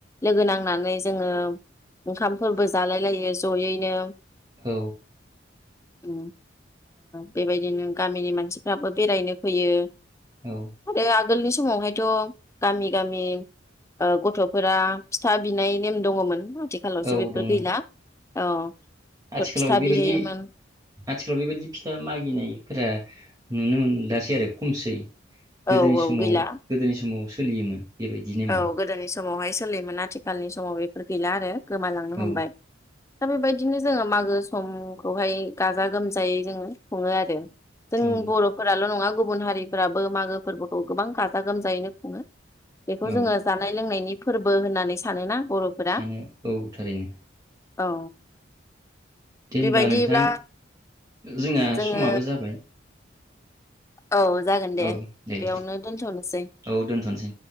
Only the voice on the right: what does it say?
औ
औ
औ
दंमोन
आथिखालाव
बेबायदि
आथिखालाव बेबायदि फिथा मागिनायफोरा नुनो मोनलासै आरो खमसै। गोदोनि
समाव
गोदोनि समाव सोलियोमोन बेबायदि नेमा
औ
औ
औ
सानो औ थारैनो।
दे होनब्ला
नोंथां जोंना
समाबो जाबाय।
औ दे
औ दोनथ'नोसै